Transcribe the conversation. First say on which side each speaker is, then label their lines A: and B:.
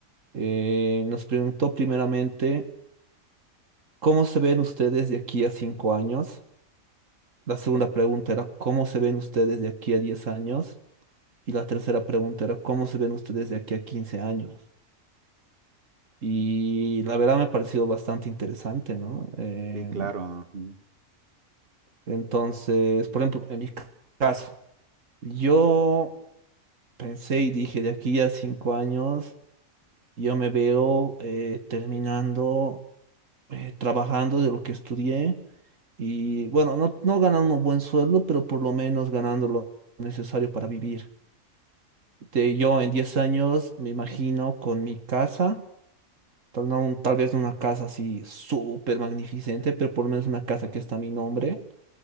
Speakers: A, on the right (about 65°); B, on the right (about 45°).
A: Eh, nos preguntó primeramente ¿Cómo se ven ustedes de aquí a cinco años? La segunda pregunta era, ¿cómo se ven ustedes de aquí a 10 años? Y la tercera pregunta era, ¿cómo se ven ustedes de aquí a 15 años? Y la verdad me ha parecido bastante interesante, ¿no? Eh,
B: Sí, claro. ujú.
A: entonces, por ejemplo, en mi ca- caso, yo pensé y dije, de aquí a cinco años, yo me veo eh, terminando eh, trabajando de lo que estudié y bueno, no, no ganando un buen sueldo, pero por lo menos ganando lo necesario para vivir. De, yo en 10 años me imagino con mi casa, tal, no un- tal vez no una casa así súper magnificente, pero por lo menos una casa que está a mi nombre.